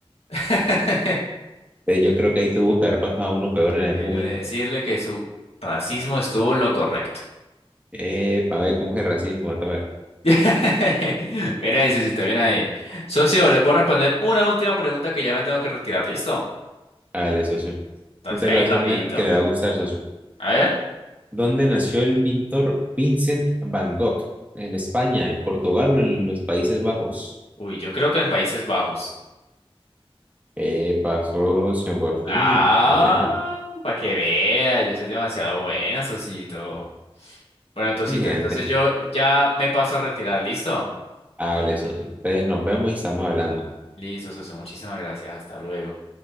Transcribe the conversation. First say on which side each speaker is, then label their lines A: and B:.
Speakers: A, on the left; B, on the right.
A: <laughs>
B: Eh, Yo creo que ahí tuvo que haber pasado uno peor en algún
A: Déjeme
B: momento.
A: decirle que su racismo estuvo en lo correcto.
B: Eh, para ver cómo es el racismo, what the fuck.
A: <laughs> Bien ahí, Susito, bien ahí. Socio, le puedo responder una última pregunta que ya me tengo que retirar, ¿listo?
B: Dale, socio.
A: Entonces
B: ¿qué tal
A: ahí
B: lo hace
A: rapidito.
B: una que le va a gustar, socio.
A: A ver.
B: ¿Dónde nació el pintor Vincent Van Gogh? ¿En España, en Portugal o en los Países Bajos?
A: Uy, yo creo que en Países Bajos.
B: Epa, socio, por fin.
A: Ah,
B: Una buena.
A: para que vea, yo soy demasiado bueno, Sosito. Bueno, Tosito,
B: Inteligente.
A: entonces yo ya me paso a retirar, ¿listo?
B: Hable, socio. Entonces nos vemos y estamos hablando.
A: Listo, Soso, muchísimas gracias, hasta luego.